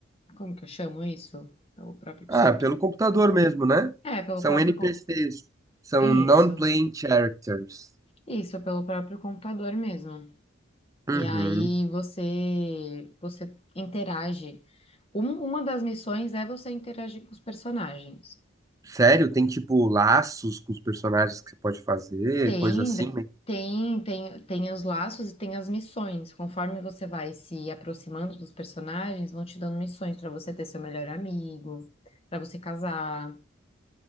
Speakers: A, on the left; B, on the right.
A: Como que eu chamo isso? Pelo próprio
B: Ah,
A: isso aqui.
B: pelo computador mesmo, né?
A: É, pelo
B: São
A: próprio.
B: NPCs,
A: com-
B: são
A: Isso.
B: non-playing characters.
A: Isso, pelo próprio computador mesmo.
B: Uhum.
A: E aí você você interage. Um- uma das missões é você interagir com os personagens.
B: Sério? Tem tipo laços com os personagens que você pode fazer,
A: Tem
B: coisa assim? né?
A: tem tem tem os laços e tem as missões. Conforme você vai se aproximando dos personagens, vão te dando missões para você ter seu melhor amigo, para você casar,